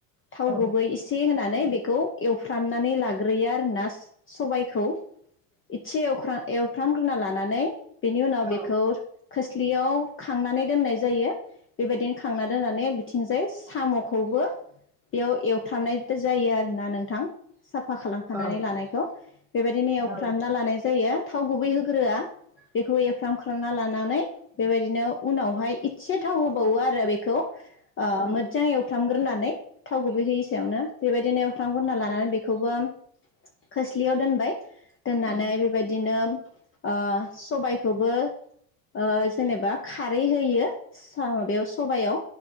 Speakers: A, on the left; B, in the centre.
A: थाव
B: औ
A: गुबै ए सि होनानै बेखौ एवफ्रामनानै लाग्रोयो आरो ना सबायखौ। इसे एवाख्रा- एवफ्रामग्रोना लानानै बेनि उनाव
B: औ
A: बेखौ खोस्लियाव खांनानै दोननाय जायो। बेबायदिनो खांना दोननानै बिथिंजाय साम'खौबो बेयाव एवथाबनाय जायो आरोना नोंथां। साफा खालामफानानै
B: औ
A: लानायखौ बेबायदिनो एवफ्रामना
B: औ
A: लानाय जायो। थाव गुबै होग्रोआ बेखौ एफ्राम खालामना लानानै बेबायदिनो उनावहाय एसे थाव होबावो आरो बेखौ
B: औ
A: मोजां एवफ्रामग्रोनानै थाव गुबैहैयि सायावनो बेबायदिनो अख्रां गुरना लानानै बेखौबो खोस्लियाव दोनबाय दोननानै
B: औ
A: बेबायदिनो ओ सबायखौबो ओ जेनेबा खारै होयो माबायाव सबायाव